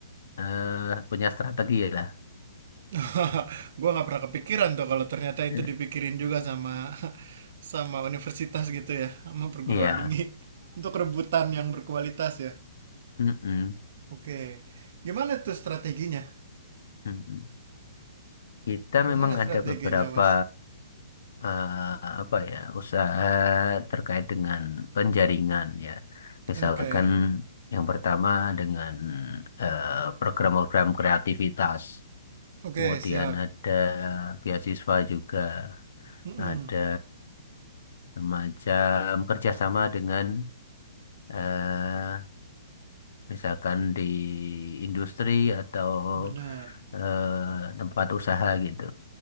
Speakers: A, on the left; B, on the right.
A: eh, punya strategi ya lah.
B: <laughs> Gua nggak pernah kepikiran tuh kalau ternyata itu
A: Ya.
B: dipikirin juga sama <laughs> sama universitas gitu ya, sama perguruan
A: Iya.
B: tinggi <laughs> untuk rebutan yang berkualitas ya.
A: Mm-mm.
B: Oke. Gimana tuh strateginya?
A: Mm-mm. Kita
B: Gimana
A: memang
B: strateginya,
A: ada beberapa
B: Mas?
A: eh, apa ya usaha terkait dengan penjaringan ya. Misalkan
B: Oke.
A: yang pertama dengan eh, program-program kreativitas.
B: Oke,
A: Kemudian
B: siap.
A: ada beasiswa juga.
B: Mm-mm,
A: Ada semacam kerjasama dengan eh, misalkan di industri atau
B: benar.
A: eh, tempat usaha gitu.